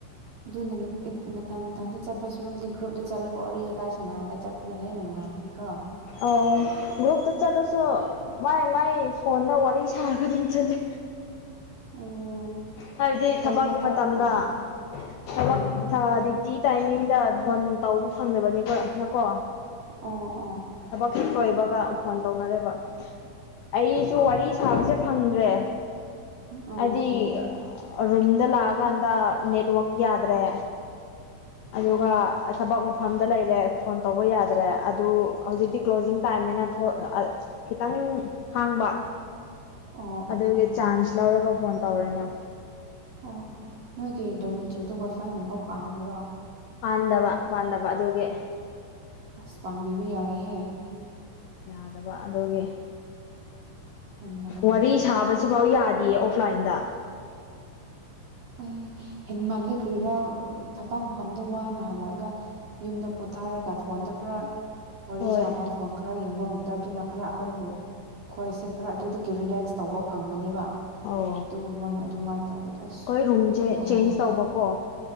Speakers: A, on the right; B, on the left.
A: ꯑꯗꯨ ꯅ ꯃꯊ ꯃꯊꯗ ꯆꯠꯄ ꯁꯨꯔꯨꯕꯗꯤ ꯒ꯭ꯔꯨꯞꯗ ꯆꯠꯂ ꯋꯥꯔꯤꯣ ꯀ ꯇ ꯁꯅꯔꯒ ꯆꯞꯅ ꯍꯦ ꯅꯅꯨꯡꯉꯥꯏꯗꯅꯤ ꯀꯣ
B: ꯑ ꯣꯇ ꯆꯂꯨꯁ ꯃꯥꯏ ꯃꯥꯏ ꯐꯣꯟꯗ ꯋꯥꯔꯤ ꯁꯥꯔꯒ ꯑꯗꯨꯝ ꯆꯠꯂ
A: ꯑꯣ
B: ꯍꯥꯏꯕꯗꯤ
A: ꯐꯣꯟ
B: ꯊꯕꯛ
A: ꯃꯇꯝ
B: ꯃꯇꯝꯗ
A: ꯑꯣꯏ
B: ꯊꯕꯛ
A: ꯎꯝ
B: ꯇꯥꯏꯃꯤꯡꯗ ꯣꯟ ꯇꯧꯕ ꯐꯪꯖꯕꯅꯤꯀꯣ ꯅꯀꯣ
A: ꯑꯣ ꯑꯣ
B: ꯊꯕꯛꯁꯤ ꯂꯣꯏꯕꯒ ꯐꯣꯟ ꯇꯧꯅꯔꯦꯕ ꯑꯩꯁꯨ ꯋꯥꯔꯤ ꯁꯥꯕꯁꯦ ꯐꯪꯗ꯭ꯔꯦ
A: ꯑꯣ ꯑꯣ
B: ꯍꯥꯏꯗꯤ
A: ꯑꯣ
B: ꯔꯨꯝꯗ ꯂꯥꯛꯑꯀꯥꯟꯗ ꯅꯦꯠꯋꯛ ꯌꯥꯗ꯭ꯔꯦ ꯑꯗꯨꯒ
A: ꯑꯣ
B: ꯊꯕꯛ ꯃꯐꯝꯗ ꯂꯩꯔꯦ ꯐꯣꯟ ꯇꯧꯕ ꯌꯥꯗ꯭ꯔꯦ ꯑꯗꯨ ꯍꯧꯖꯤꯛꯇꯤ ꯀ꯭ꯂꯣꯖꯤꯡ ꯇꯥꯏꯝꯅꯤꯅ ꯈꯤꯇꯪ ꯍꯥꯡꯕ
A: ꯑꯣ ꯑꯣ
B: ꯑꯗꯨꯒꯤ
A: ꯑꯣ
B: ꯆꯥꯟꯁ ꯂꯧꯔꯒ ꯐꯣꯟ ꯇꯧꯔꯅꯤꯣ
A: ꯑꯣ ꯑꯣ ꯅꯣꯏꯒꯤ ꯗꯣꯃꯤꯇ꯭ꯔꯤꯗ ꯋꯥꯏꯐꯥꯏꯒꯨꯝꯕ ꯄꯗ꯭ꯔꯣ
B: ꯄꯥꯟꯗꯕ ꯄꯥꯟꯗꯕ ꯑꯗꯨꯒꯤ
A: ꯍꯁꯄꯥꯟꯕꯤꯕꯤ ꯑꯏ ꯍ
B: ꯌꯥꯗꯕ ꯑꯗꯨꯒꯤ
A: ꯍꯦꯟꯃꯜꯂꯦꯍꯦ
B: ꯋꯥꯔꯤ ꯁꯥꯕꯁꯤꯐꯥꯎ ꯌꯥꯗꯦꯌꯦ ꯑꯣꯐꯂꯥꯏꯟꯗ
A: ꯑꯩ ꯍꯦꯟ ꯃꯥꯜꯂ ꯀ꯭ꯔꯤꯔꯥ ꯊꯕꯛ ꯃꯐꯝꯗ ꯋꯥꯅ ꯍꯜꯂꯑꯒ ꯌꯨꯝꯗ ꯄꯣꯊꯥꯔ ꯍꯥꯏꯔꯒ ꯐꯣꯟꯗ ꯈꯔ ꯋꯥꯔꯤ
B: ꯍꯣꯏ
A: ꯁꯥꯕ ꯐꯣꯟ ꯈꯔ ꯌꯦꯡꯕꯒꯨꯝꯕꯗ ꯑꯗꯨꯅ ꯈꯔ ꯑꯩꯈꯣꯏꯕꯨ ꯑꯩꯈꯣꯏꯁꯦ ꯈꯔ ꯑꯗꯨꯗꯒꯤ ꯔꯤꯂꯦꯛꯁ ꯇꯧꯕ ꯐꯪꯕꯅꯦꯕ
B: ꯑꯣ
A: ꯑꯗꯨ ꯃꯣꯏꯅ ꯑꯗꯨꯃꯥꯏꯅ ꯇꯧꯕꯋ ꯑꯁ
B: ꯦ ꯆ
A: ꯑꯦ
B: ꯇꯣ